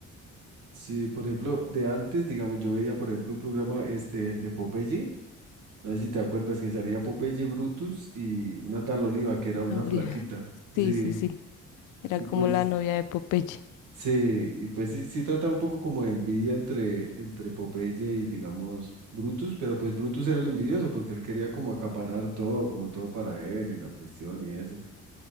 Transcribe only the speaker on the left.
No, <laughs>
Li-
Sí, sí, sí. Era
como
la novia de Popeye,